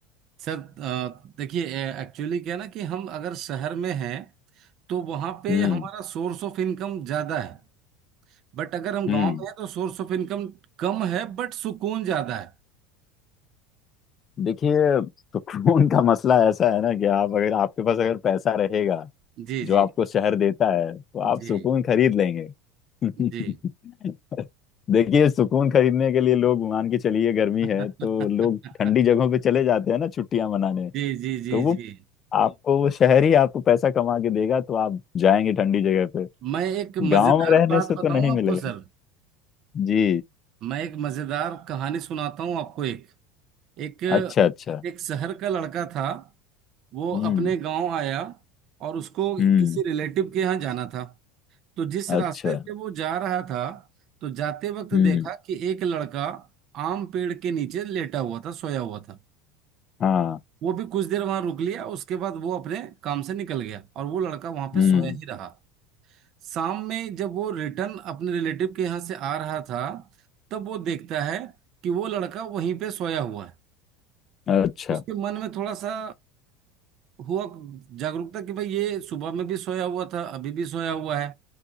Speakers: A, on the right; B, on the left.
A: सर अ, देखिए एक्चुअली क्या है ना कि हम अगर शहर में हैं तो वहां पे
B: हम्म
A: हमारा सोर्स ऑफ इनकम ज्यादा है बट अगर हम
B: हम्म
A: गांव में हैं तो सोर्स ऑफ इनकम कम है बट सुकून ज्यादा है
B: देखिए सुकून का मसला ऐसा है ना कि आप अगर आपके पास अगर पैसा रहेगा
A: जी
B: जो
A: जी
B: आपको शहर देता है तो आप
A: जी
B: सुकून खरीद लेंगे <laughs>
A: जी
B: देखिए सुकून खरीदने के लिए लोग मान के चलिए गर्मी
A: <laughs>
B: है तो लोग ठंडी जगहों पे चले जाते हैं ना छुट्टियां मनाने
A: जी जी जी
B: तो वो
A: जी
B: हम्म, आपको वो शहर ही आपको पैसा कमा के देगा तो आप जाएंगे ठंडी जगह पे
A: मैं एक
B: गांव
A: मजेदार
B: में रहने
A: बात
B: से तो
A: बताऊं
B: नहीं मिलेगा
A: आपको सर
B: जी
A: मैं एक मजेदार कहानी सुनाता हूं आपको एक एक
B: अच्छा अच्छा
A: एक शहर का लड़का था वो
B: हम्म
A: अपने गांव आया और उसको
B: हम्म
A: किसी रिलेटिव के यहाँ जाना था तो जिस
B: अच्छा
A: रास्ते से वो जा रहा था तो जाते वक्त
B: हम्म
A: देखा कि एक लड़का आम पेड़ के नीचे लेटा हुआ था सोया हुआ था
B: हाँ
A: वो भी कुछ देर वहां रुक लिया उसके बाद वो अपने काम से निकल गया और वो लड़का वहां पे
B: हम्म
A: सोया ही रहा शाम में जब वो रिटर्न अपने रिलेटिव के यहाँ से आ रहा था तब वो देखता है कि वो लड़का वहीं पे सोया हुआ है
B: अच्छा
A: उसके मन में थोड़ा सा हुआ जागरूकता कि भाई ये सुबह में भी सोया हुआ था अभी भी सोया हुआ है